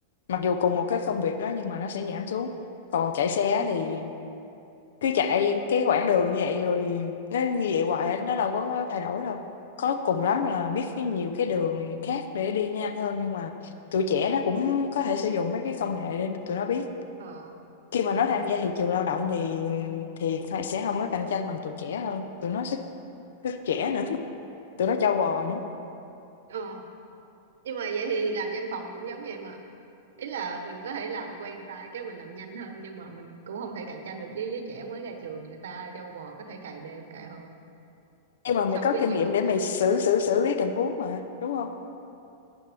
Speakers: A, on the left; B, on the right.
A: Mặc dù cùng một cái công việc đó nhưng mà nó sẽ giảm xuống. Còn chạy xe á
B: Ừ.
A: thì cứ chạy cái quãng đường như vậy rồi nó như vậy hoài á, nó đâu có thay đổi đâu. Có cùng lắm là biết cái nhiều cái đường khác để đi nhanh hơn nhưng mà tụi trẻ nó cũng có thể sử dụng mấy cái công nghệ để tụi nó biết.
B: ờ
A: Khi mà
B: ừ
A: nó tham gia thị trường lao động thì thì kh sẽ hông có cạnh tranh bằng tụi trẻ hơn, tụi nó sức sức trẻ nữa, <laughs> tụi nó trâu bò nữa.
B: ờ nhưng mà vậy thì làm văn phòng cũng giống vậy mà ý là mình có thể làm quen tay cái mình làm nhanh hơn nhưng mà mình cũng không thể cạnh tranh được với giới trẻ mới ra trường người ta châu bò có thể cày đêm cày hôm
A: Nhưng mà mày
B: xong
A: có
B: biết
A: kinh
B: nhiều
A: nghiệm
B: công
A: để
B: nghệ
A: mày xử xử xử lý tình huống mà, đúng hông?